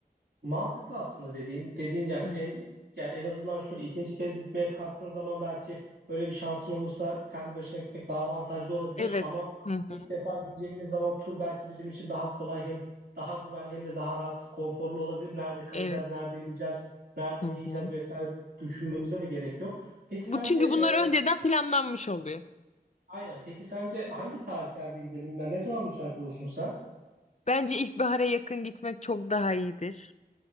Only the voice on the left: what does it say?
Hı hı.
Evet.
Hı hı.
Evet.
Hı
hı.
Bu
çünkü
bunlar önceden planlanmış oluyor.
Bence ilkbahara yakın gitmek çok daha iyidir.